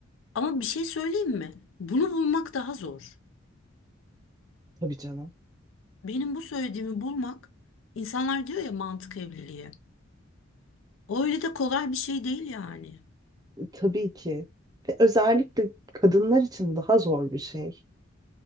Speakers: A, on the left; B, on the right.
A: ama bir şey söyleyeyim mi? Bunu bulmak daha zor.
B: Tabii canım.
A: Benim bu söylediğimi bulmak insanlar diyor ya mantık evliliği. Öyle de kolay bir şey değil yani.
B: Tabii ki. Ve özellikle kadınlar için daha zor bir şey.